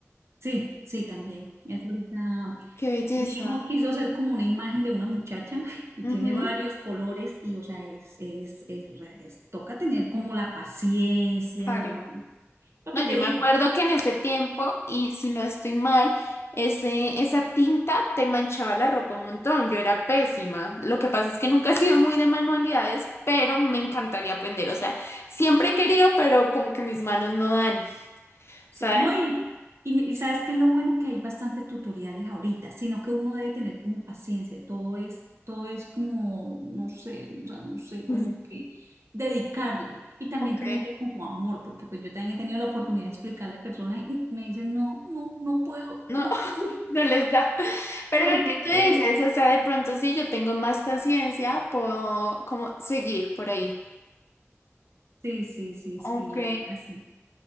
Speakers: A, on the right; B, on the left.
A: Sí, sí, también. Eso ahorita.
B: Qué belleza.
A: Mi hijo quiso hacer como una imagen de una muchacha <laughs> y tiene
B: Ujú,
A: varios colores y, o sea, es, es, es- es- toca tener como la paciencia,
B: claro.
A: ¿no? Lo
B: No,
A: que
B: yo
A: te digo.
B: me acuerdo que en ese tiempo, y si no estoy mal, ese, esa tinta te manchaba la ropa un montón. Yo era pésima. Lo que pasa es que nunca he sido muy de manualidades, pero me encantaría aprender. O sea, siempre he querido, pero como que mis manos no dan,
A: Sí,
B: ¿sabes?
A: No, y, y mi- y sabes que es lo bueno que hay bastantes tutoriales ahorita, sino que uno debe tener como paciencia, todo es, todo es como, no sé, o sea, no sé,
B: <laughs>
A: como que dedicarle y también
B: Ok.
A: tenerle como amor, porque pues yo también he tenido la oportunidad de explicarle a personas y me dicen, no, no, no puedo,
B: No,
A: no
B: <laughs>
A: puedo,
B: no les da.
A: <laughs>
B: Pero
A: no,
B: lo
A: no
B: que tú
A: puedo.
B: dices, o sea, de pronto sí yo tengo más paciencia, puedo como seguir por ahí.
A: Sí, sí, sí, sí,
B: Ok.
A: la verdad, sí.